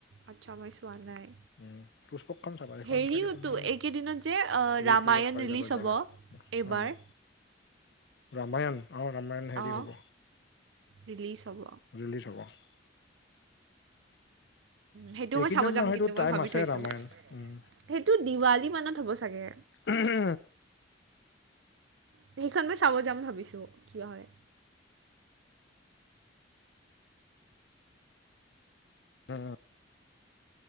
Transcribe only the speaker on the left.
উম, পুষ্পকখন চাবা সেইখন
চাগে তুমি
ইউটিউবত
পাই
যাবা চাগে
অ', ৰামায়ণ অঁ ৰামায়ণ হেৰি
হ'ব
ৰেলিছ হ'ব।
এইকেইদিন
নহয়তো
টাইম
আছে
ৰামায়ণ উম,
<unintelligible>
উম,